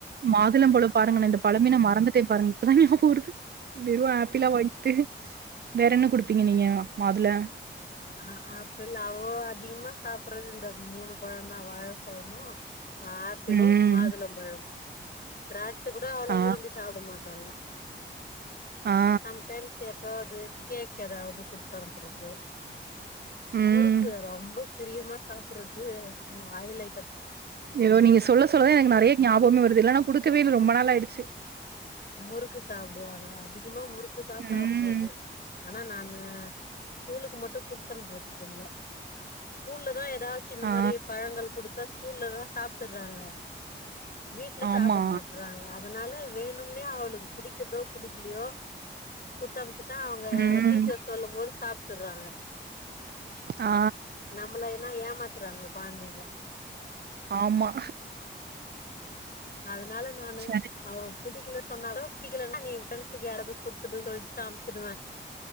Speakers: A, on the right (about 55°); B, on the left (about 50°).
A: மாதுளம்பழம் பாருங்க நா இந்த பழமே நா மறந்துட்டே பாருங்க இப்பதா ஞாபோ வருது. வெறு ஆப்பிளா வாங்கிட்டு வேற என்ன குடுப்பிங்க நீங்க மாதுள
B: ஆ ஆப்பிள் அவோ அதிகமா சாப்புறது இந்த மூணு பழந்தா வாழப்பழமு அ ஆப்பிளும்
A: ம்.
B: மாதுளம்பழம். திராட்ச கூட அவ்ளோ
A: ஆ.
B: விரும்பி சாப்ட மாட்டாங்க‌.
A: ஆ.
B: சம் டைம்ஸ் எப்யாவ்து கேக் எதாவது குட்த்தனுப்புறது.
A: ம்.
B: முறுக்கு ரொம்போ பிரியமா சாப்பறது மு ஆயில் ஐ
A: எதோ நீங்க சொல்ல சொல்ல தா எனக் நறைய ஞாபவமே வருது இதெல்லா நா குடுக்கவேல்ல ரொம்ப நாள் ஆய்டுச்சு.
B: முறுக்கு சாப்டுவாங்க அதிகமா முறுக்குதா
A: ம்.
B: சாப்ட்றது. ஆனா நானூ ஸ்கூலுக்கு மட்டு குடுத்தனுப்றது தில்ல. கூல்லதா எதாச்சு இந்த
A: ஆ,
B: மாரி பழங்கள் குடுத்தா ஸ்கூல்லதா சாப்ட்டுர்றாங்க. வீட்ல
A: ஆமா.
B: சாப்ட மாட்றாங்க அதுனால வேணும்னே அவளுக் புடிக்குதோ புடிக்லியோ குத்தம்ச்சுட்டா அவுங்க
A: ம்.
B: டீச்சர் சொல்லும் போது சாப்ட்டுர்றாங்க.
A: ஆ
B: நம்பளயன்னா ஏமாத்துறாங்க கொழந்தைங்க.
A: ஆமா.
B: அதுனால நானு
A: சரி.
B: அவ புடிக்ல சொன்னாலு புடிக்கலன்னா நீ ஃப்ரெண்ஸுக்கு யாராவது குடுத்துடு சொல்ட்டு அமிச்சுடுவே.